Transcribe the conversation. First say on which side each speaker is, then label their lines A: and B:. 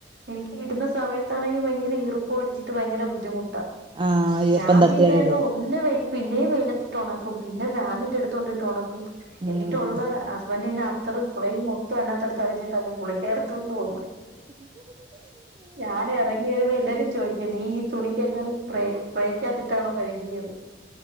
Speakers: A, on the right (about 65°); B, on the right (about 25°).
A: എനിക്ക് ഇടുന്ന സമയത്താണെങ്കിൽ ഭയങ്കര ഈർപ്പ് അടിച്ചിട്ട് ഭയങ്കര ബുദ്ധിമുട്ടാണ് അ
B: ആഹ് ഈർപ്പം
A: ഞാൻ
B: തട്ടിയാല്
A: പിന്നെ അത് ഒന്ന് വെയിൽ പിന്നെയും വെലത്തിട്ടൊണക്കും പിന്നെ ഫാനിന്റെ അടുത്തൊണ്ടിട്ടൊണക്കും
B: ഉം
A: എന്നിട്ടുള്ള ഹസ്ബൻറിന്റെ അത്രയും സ്പ്രേയും മൊത്തംഅതിനകത്തടിചിട്ട ഞാൻ കുളിക്കാറ് തൊണ്ടു പോന്ന്. ഞാൻ എറങ്ങി വരുമ്പോ എല്ലാരും ചോയ്ക് നീ ഈ തുണിക്കങ്ങാനും സ്പ്രേക്കാത്തിട്ടാണോ കഴുകിയന്ന്